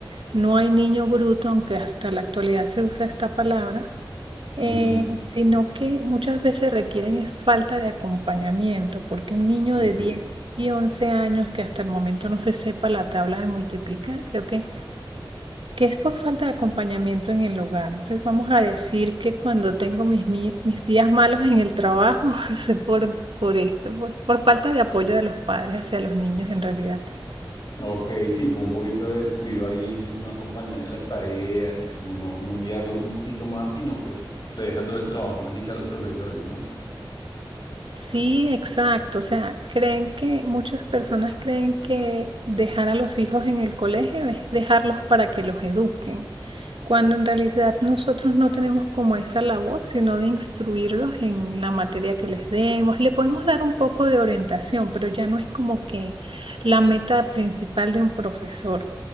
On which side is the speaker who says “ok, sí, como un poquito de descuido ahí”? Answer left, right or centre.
Left